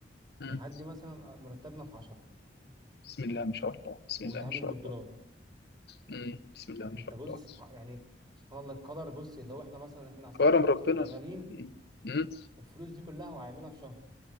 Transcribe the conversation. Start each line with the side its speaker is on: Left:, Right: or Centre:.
Left: مم.
Right: يعدي مثلا مرتبنا في 10
Left: بسم الله ما شاء الله بسم
Right: وبيتعامل
Left: الله ما شاء
Right: بالدولار
Left: الله مم. بسم الله ما
Right: انت
Left: شاء
Right: بص
Left: الله
Right: سبح- يعني سبحان الله القدر بص اللي هو احنا مثلا احنا عسلنا
Left: كرم
Right: بص
Left: ربنا
Right: شغالين
Left: مم. مم.
Right: الفلوس دي كلها وهيعملها في شهر